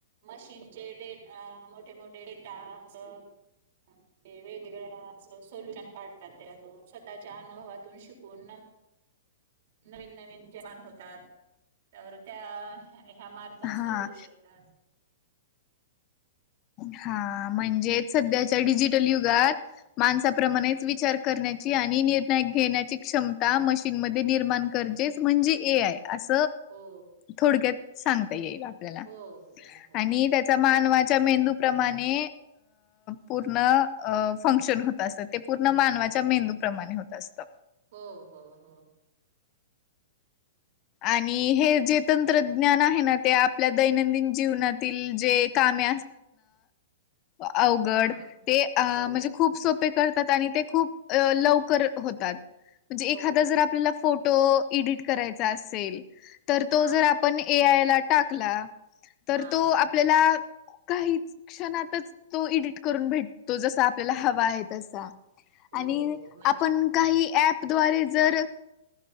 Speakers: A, on the right; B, on the left.
A: मशीनचे डे मोठे मोठे डेटा अस. ते वेगवेगळ्या असं सोल्युशन काढतात त्यातून स्वतःच्या अनुभवातून शिकून नवीन नवीन निर्माण होतात तर त्या ह्या मार्फत
B: हा
A: सोडू शकतात.
B: हा म्हणजे
A: हम्म.
B: सध्याच्या डिजिटल युगात माणसाप्रमाणेच
A: हा
B: विचार करण्या आणि निर्णय घेण्याची क्षमता मशीन म निर्माण करजच म्हणजे ए आय अस
A: हो
B: थोडक्यात सांगता येईल आपल्याला
A: हो हो हो
B: आणि त्याचा मेंदू प्रमाणे पूर्ण फंक्शन होत असत पूर्ण मान मेंदू प्र्रमाणे होत असत.
A: हो हो हो
B: आणि हे जे तंत्रज्ञान आहे ना ते आपल्या दैनंदिन जीवनातील जे काम जे काम अवघड
A: हा
B: असतात
A: हो
B: ना ते सोप्या पद्धतीने अपेक्षाप्रमाणे लवकर होतात म्हणजेच एखादा
A: हो
B: फोटो इडिट करायचा असेल तर
A: हा
B: तो जर आपण ए आय ला टाकला तर
A: हा
B: तो आपल्याला काही क्षणातच तो एडिट करून भेटतो जसा आपल्याला हवा आहे तसा
A: हो
B: आणि
A: हो म्हणजे
B: आपण काही ॲपद्वारे जर